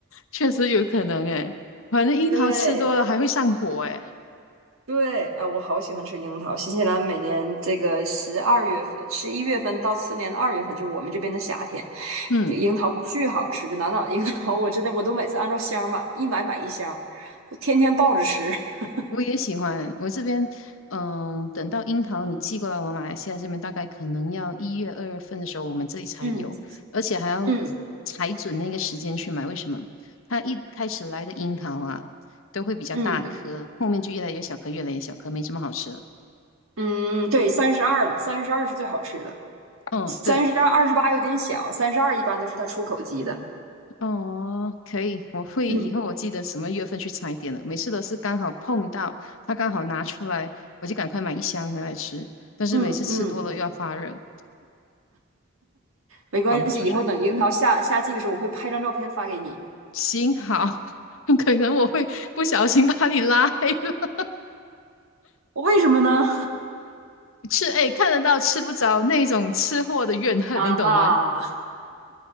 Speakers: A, on the left (about 65°); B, on the right (about 70°).
A: 确实有可能诶，反正樱桃吃多了还会上火诶。
B: 对，对，啊，我好喜欢吃樱桃。新西兰每年这个十二月份、十一月份到次年的二月份，就是我们这边的夏天，
A: 嗯。
B: 这樱桃巨好吃。就南岛的樱桃，我真的我都每次按照箱儿买，一买买一箱儿我天天抱着吃。<laughs>
A: 我也喜欢。我这边，嗯，等到樱桃你寄过来，我马来西亚这边大概可能要一月、二月份的时候，我们这里才有，
B: 嗯
A: 而且还要
B: 嗯
A: 踩准那个时间去买。为什么？它一开始来的樱桃啊，都会比较大颗，
B: 嗯
A: 后面就越来越小颗，越来越小颗，没什么好吃了。
B: <laughs> 嗯，对，三十二的，三十二是最好吃的。
A: 嗯，
B: 三十二、
A: 对，
B: 二十八有点小，三十二一般都是它出口级的。
A: 哦，可以，我会以后我记得什么月份去踩点了。
B: 嗯，
A: 每次都是刚好碰到，它刚好拿出来，我就赶快买一箱回来吃。但是每次吃多了又要发热，
B: 嗯嗯，没关系，
A: 管不住嘴。
B: 以后等樱桃下夏季的时候，我会拍张照片发给你。
A: 行，好，<laughs> 可能我会不小心把你拉黑了。
B: 我为什么呢？
A: <laughs> 吃，哎，看得到吃不着那种吃货的怨恨，
B: <laughs> 啊哈。
A: 你懂吗？